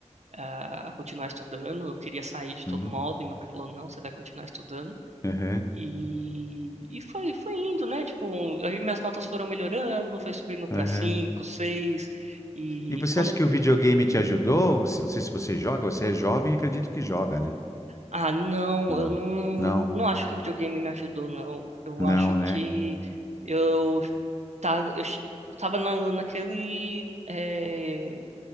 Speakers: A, on the right; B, on the left.
A: a a continuar estudando, eu queria sair de
B: uhum,
A: todo modo, e meu pai falou, não, você vai continuar estudando.
B: uhum,
A: E, e foi, foi indo, né? Tipo, um, aí minhas notas foram melhorando, foi subindo para
B: uhum.
A: cinco, seis. E
B: E você
A: quando.
B: acha que o videogame te ajudou? Você, não sei se você joga, você é jovem, acredito que joga, né?
A: Ah, não,
B: Ou não?
A: eu não,
B: Não.
A: eu não acho que o videogame me ajudou, não. Eu
B: Não,
A: acho
B: né?
A: que eu tava, eu ch- eu tava na, naquele, eh,